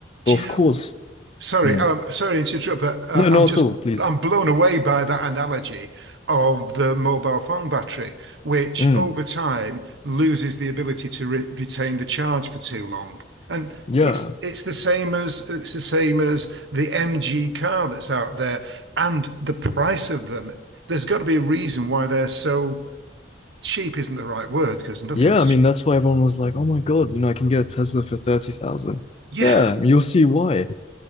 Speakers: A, on the right; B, on the left.
A: Do
B: But of
A: you know?
B: course,
A: Sorry,
B: mm,
A: um, sorry to interrupt, but uh,
B: no, not
A: I'm just
B: at all, please.
A: I'm blown away by that analogy of the mobile phone battery, which
B: Mm,
A: over time loses the ability to re retain the charge for too long. And
B: yeah.
A: it's it's the same as it's the same as the MG car that's out there and the price of them. There's got to be a reason why they're so cheap isn't the right word because nothing's
B: Yeah, I mean
A: cheap.
B: that's why everyone was like, "Oh my God, you know, I can get a Tesla for 30,000."
A: Yes,
B: Yeah, you'll see why.